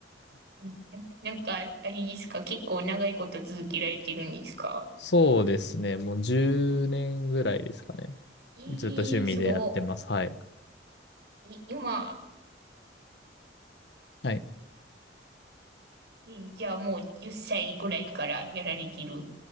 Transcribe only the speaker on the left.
そうですね。もう10年ぐらいですかね。
ずっと趣味でやってます。はい。
はい。